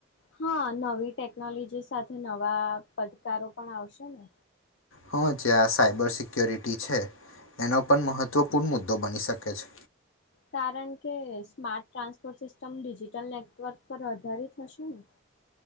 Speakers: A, on the left; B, on the left.
A: હા નવી ટેકનોલોજી સાથે નવા પડકારો પણ આવશે ને
B: હ જ્યા આ સાયબર સિક્યોરિટી છે એનો પણ મહત્ત્વપૂર્ણ મુદ્દો બની શકે છે.
A: કારણ કે smart transport system digital network પર આધાર હશે ને